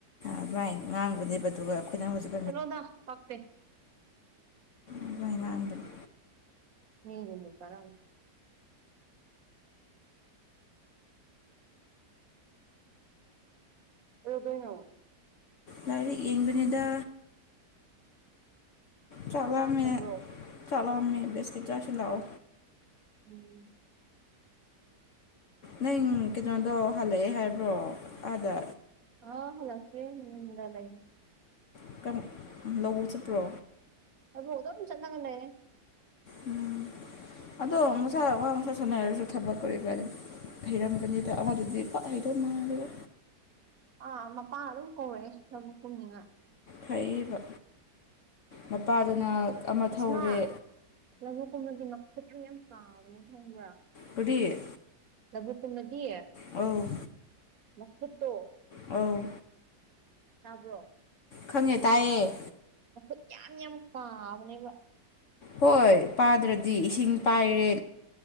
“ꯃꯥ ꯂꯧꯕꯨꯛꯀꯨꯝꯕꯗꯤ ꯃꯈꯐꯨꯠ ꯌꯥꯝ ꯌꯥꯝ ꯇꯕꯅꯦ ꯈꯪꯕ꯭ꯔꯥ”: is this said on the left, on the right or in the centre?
Right